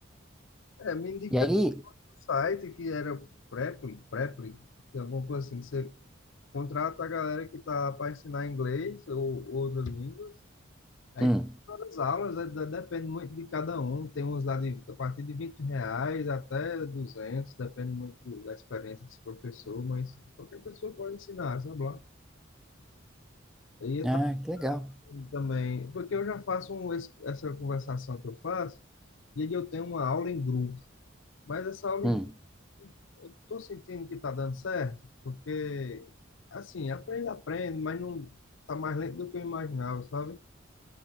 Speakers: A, on the left; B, in the centre.
A: É, me indicaram
B: E aí,
A: um site que era Preply, Preply, que é alguma coisa assim, que você contrata a galera que tá para ensinar inglês ou outras línguas. Aí
B: hum,
A: as aulas, é, de- depende muito de cada um. Tem uns lá de, a partir de 20 reais até 200 depende muito do- da experiência desse professor, mas qualquer pessoa pode ensinar, sabe lá. E eu
B: ah,
A: ta-
B: que legal.
A: também, porque eu já faço um, es- essa conversação que eu faço, e aí eu tenho uma aula em grupo. Mas essa aula,
B: Hum,
A: em- eu não estou sentindo que está dando certo, porque, assim, aprende, aprende, mas não está mais lento do que eu imaginava, sabe?